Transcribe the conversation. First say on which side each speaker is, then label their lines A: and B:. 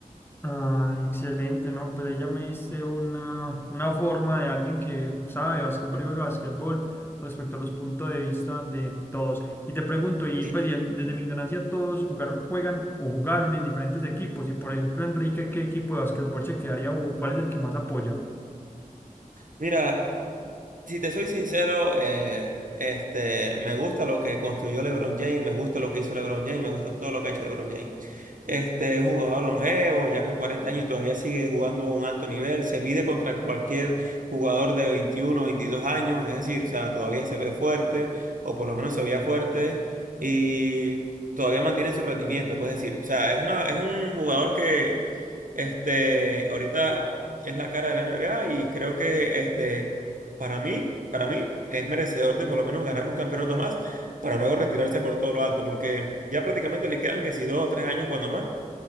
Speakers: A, on the left; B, on the right.
A: Ah, excelente, ¿no? Pues ahí ya me diste una, una forma de alguien que sabe de básquetbol y juega básquetbol respecto a los puntos de vista de todos. Y te pregunto, y
B: Sí,
A: pues y a mí- desde mi ignorancia todos jugaron, juegan o jugaron en diferentes equipos. Y por ejemplo, Enrique, ¿qué equipo de básquetbol se quedaría o cuál es el que más apoya?
B: Mira, Si te soy sincero, eh, este, me gusta lo que construyó LeBron James, me gusta lo que hizo LeBron James, me gusta todo lo que ha hecho LeBron James. Este es un jugador longevo, ya con 40 años y todavía sigue jugando a un alto nivel, se mide contra cualquier jugador de 21 22 años, es decir, o sea, todavía se ve fuerte, o por lo menos se veía fuerte, y todavía mantiene su rendimiento, puedes decir. O sea, es una, es un jugador que, este, ahorita es la cara de la NBA y creo que, este para mí, para mí es merecedor de por lo menos ganar un campeonato más para luego retirarse por todo lo alto, porque ya prácticamente le quedan que si dos o tres años cuando más